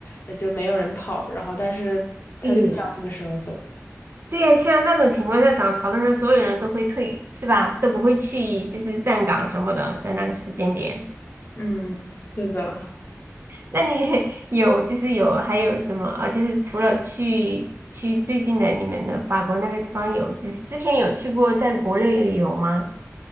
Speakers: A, on the left (about 45°); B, on the right (about 50°).
A: 呃就没有人跑，然后但是他就想那个时候走。
B: 对，对呀，像那种情况下涨潮的时候，所有人都会退，是吧？都不会去，就是站岗什么的，在那个时间点。
A: 嗯，是的。
B: 那你 <laughs> 有就是有还有什么啊？就是除了去去最近的你们的法国那个地方有，之之前有去过在国内旅游吗？